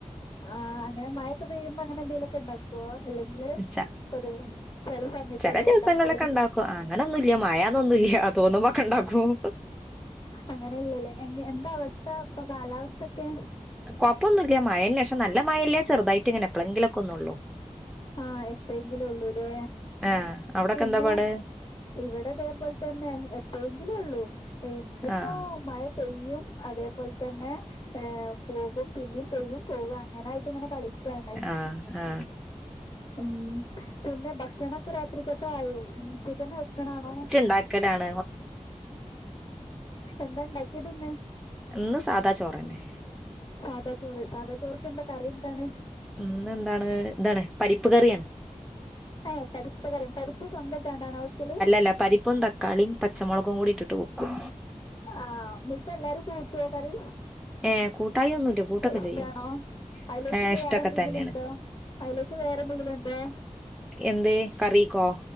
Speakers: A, on the left (about 40°); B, in the centre.
A: ആഹ് അങ്ങനെ മയയൊക്കെ പെയ്യുമ്പൊ അങ്ങനെന്തെലൊക്ക്ണ്ടാക്കും <unintelligible> അല്ലെങ്കില്
B: ച
A: കൊതുക് ചില സമയത്ത്
B: ചെല ദിവസങ്ങളിലൊക്കെ
A: ഉണ്ടാക്കല്
B: ഉണ്ടാക്കും അങ്ങനൊന്നുല്ല മഴ ഒന്നുല്ല തോന്നുമൊക്കെ ഇണ്ടാക്കും
A: അങ്ങനെയില്ലല്ലേ എ എന്താ അവസ്ഥ ഇപ്പൊ കാലാവസ്ഥയൊക്കെ
B: കൊഴപ്പൊന്നുംല്ല മഴല്ല പക്ഷെ നല്ല മഴയില്ല ചെറുതായിട്ട് ഇങ്ങനെ എപ്പോഴെങ്കിലുംക്കെ ഒന്ന് ഉള്ളൂ
A: ആഹ് എപ്പോയങ്കിലുംള്ളൂല്ലേ
B: ആഹ് അവിടൊക്കെ
A: പിന്നെ
B: എന്താ പാട്
A: ഇവിടെ അതേപോലെ തന്നെ എപ്പോഴെക്കിലോള്ളൂ ഇന്നിപ്പോ
B: ആഹ്
A: മഴ പെയ്യും അതേപോലെത്തന്നെ ഹേ പോകും പിന്നെയും പെയ്യും പോവ അങ്ങനെയായിട്ട് ഇങ്ങനെ കളിക്കാണ്
B: ആ ആ
A: ഉം പിന്നെ ഭക്ഷണക്കേ രാ ഉച്ചക്കത്തെക്കായോ ഉച്ചക്കെന്നെ വെക്കണാണോ
B: ഉണ്ടാക്കലാണ്
A: എന്താ ഇണ്ടാക്കിയത് ഇന്ന്
B: ഇന്ന് സാദാ ചോറെന്നെ
A: സാദാ ചോറ് സാദാ ചോറ്ക്ക് എന്താ കറിയ എന്താണ്
B: ഇന്ന് എന്താണ് എന്താണ് പരിപ്പ് കറിയാണ്
A: ഹാ പരിപ്പ് കറിയും പരിപ്പ് സ്വന്തായിട്ടാണോ വെക്കല്
B: ഇല്ല പരിപ്പും ത തക്കാളീം പച്ചമൊളകും കൂടിയിട്ടിട്ട് വെക്കും
A: ആഹ് എന്നിട്ട് എല്ലാരും കൂട്ടോ കറി
B: ഏഹ് കൂട്ടായി ഒന്നൂല്ല കൂട്ടൊക്കെ
A: ഇഷ്ടാണോ
B: ചെയ്യും
A: അതിലേക്ക്
B: ഏഹ്
A: ഇനി
B: ഇഷ്ടൊക്കെ
A: വേറെന്തെങ്കിലും
B: തന്നെയാണ്
A: ഉണ്ടോ അതിലേക്ക് വേറെ എന്തെങ്കിലും ഉണ്ടോ
B: എന്ത്യേ കറിക്കോ